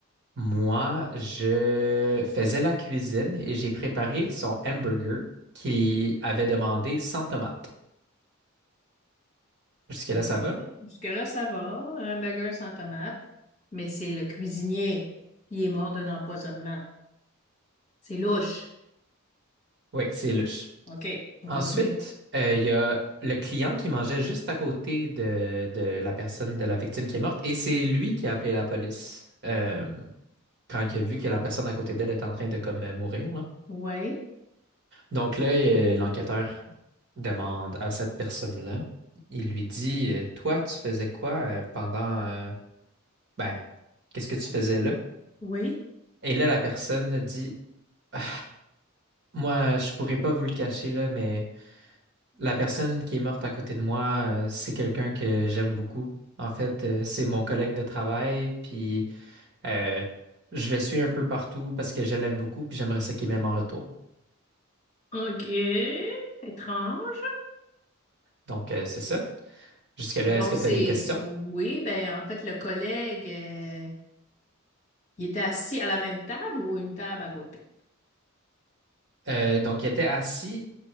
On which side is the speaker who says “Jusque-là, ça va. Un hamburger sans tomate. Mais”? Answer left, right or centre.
Left